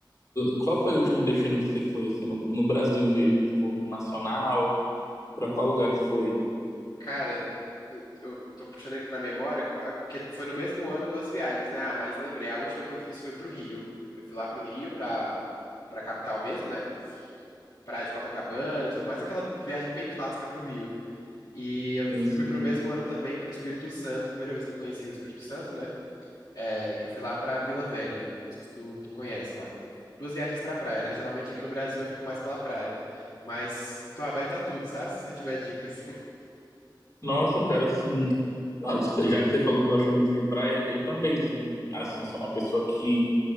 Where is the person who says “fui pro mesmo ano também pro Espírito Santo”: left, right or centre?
Left